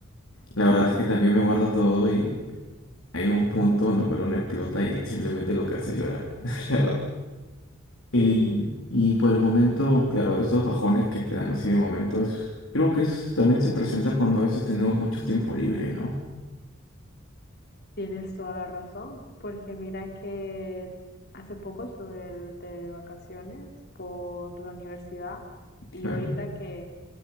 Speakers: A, on the left (about 75°); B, on the left (about 55°).
A: la verdad es que también me guardo todo y hay un punto en el cual uno explota y simplemente lo que hace es llorar, <laughs> la verdad. Y,
B: Sí,
A: y por el momento, claro, de esos bajones que te dan así de momento, es, creo que eso también se presenta cuando a veces tenemos mucho tiempo libre, ¿no?
B: tienes toda la razón, porque mira que hace poco estuve de vacaciones por la universidad y
A: Claro.
B: ahorita que